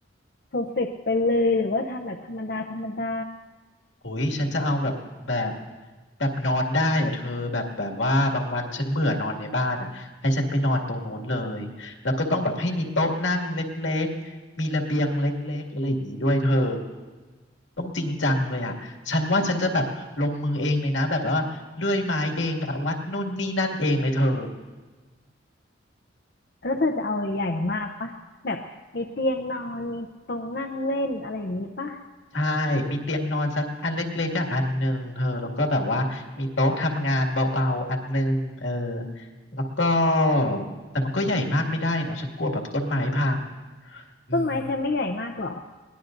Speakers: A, on the left; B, on the left.
A: เพอร์เฟกต์ไปเลยหรือว่าทำแบบธรรมดาธรรมดา
B: โอ้ยฉันจะเอาแบบแบบแบบนอนได้อะเธอแบบแบบว่าบางวันฉันเบื่อนอนในบ้านอะให้ฉันไปนอนตรงนู้นเลยแล้วก็ต้องแบบให้มีโต๊ะนั่งเล็กๆมีระเบียงเล็กๆอะไรอย่างนี้ด้วยเธอต้องจริงจังเลยอะฉันว่าฉันจะแบบลงมือเองเลยนะแบบว่าเลื่อยไม้เองอะวัดนู่นนี่นั่นเองเลยเธอ
A: แล้วเธอจะเอาใหญ่มากปะแบบมีเตียงนอนมีตรงนั่งเล่นอะไรอย่างนี้ปะ
B: ใช่มีเตียงนอนสักอันเล็กๆอะอันหนึ่งเธอแล้วก็แบบว่ามีโต๊ะทำงานเบาๆอันหนึ่งเออแล้วก็แต่มันก็ใหญ่มากไม่ได้เนาะฉันกลัวแบบต้นไม้พังอืม
A: ต้นไม้เธอไม่ใหญ่มากเหรอ